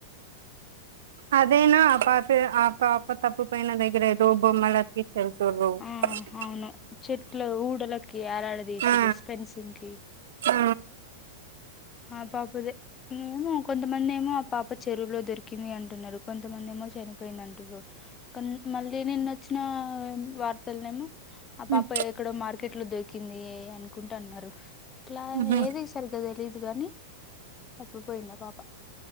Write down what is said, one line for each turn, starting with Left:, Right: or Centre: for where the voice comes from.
Right: అదేనా ఆ పాపే ఆ పాప తప్పు పోయినా దగ్గరే డే బొమ్మలకి ఓహోహ్
Left: ఆ అవును చెట్లు ఊడలకి యాలాడా దిశిరు
Right: ఆ,
Left: స్పెన్సన్కి
Right: ఆ,
Left: ఆ పాపదే ఏమో కొంతమంది ఏమో ఆ పాప చెరువులో దొరికి ఇంది అంటున్నారు. కొంతమంది ఏమో చనిపోయింది అంటురు. కన్ మళ్ళీ నిన్న వచ్చినాన్ పాతలనేమో ఆ పాప
Right: ఉమ్,
Left: ఎక్కడో మార్కెట్ లో దొరికింది అనుకుంటా అన్నారు. ఇట్లా
Right: ఉమ్,
Left: ఏది సరిగ్గా తెలీదు గానీ తప్పిపోయిందా ఆ పాప.